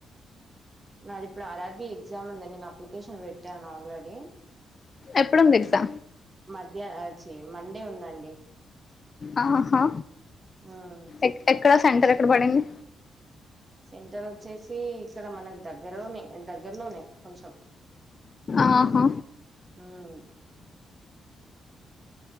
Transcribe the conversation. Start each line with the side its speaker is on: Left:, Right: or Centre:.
Right: నాది ఇప్పుడు ఆర్ఆర్బి ఎగ్జామ్ ఉంది నేను అప్లికేషన్ పెట్టాను ఆల్రెడీ
Left: ఎప్పుడుందితా
Right: మధ్యాహ్న హాచి మండే ఉందండి
Left: ఆహా
Right: ఉమ్
Left: ఎ ఎక్కడ సెంటర్ ఎక్కడ పడింది
Right: సెంటర్ వచ్చేసి ఇక్కడ మనక్ పల్లి దగ్గరలోనే దగ్గరలోనే కొంచెం
Left: ఆహా
Right: ఉమ్